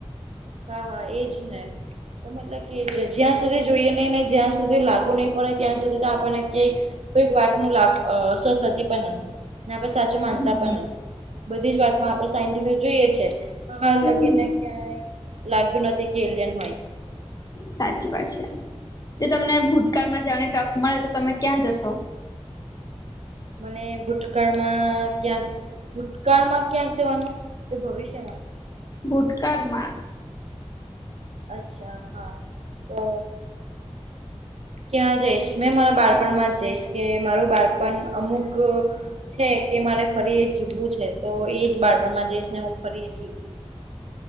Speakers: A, on the right; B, on the left.
A: હા હા એજ ને હમ્મ. અને જ્યાં સુધી જોઈએ નઈ ને જ્યાં સુધી લાગુ નઈં પડે ત્યાં સુધી તો આપણને કેક કોઈક વાત નુ લા ગ અસર થતી પણ નથી આપણે સાચું માનતા
B: હમ
A: પણ નથી બધી જ વાતમાં આપણે સાયન્ટિફ જોઈએ છે. હાલ
B: હમ
A: લગીને ક્યાંય લાગ્યું નથી કે એલિયન હોઈ.
B: સાચી વાત છે જો તમને ભૂતકાળમાં જવાની તક મળે તો તમે ક્યાં જશો.
A: મને ભૂતકાળમાં ક્યાં ભૂતકાળમાં ક્યાં જવાનું તે ભવિષ્યમાં
B: ભૂતકાળમાં
A: અચ્છા હા તો ક્યાં જઈશ મેં મારા બાળપણમાં જ જઈશ કે મારું બાળપણ અમુક અ છે કે મારે ફરી જીવવું છે તો એજ બાળપણમાં જઈશ ને હું ફરી જીવીશ.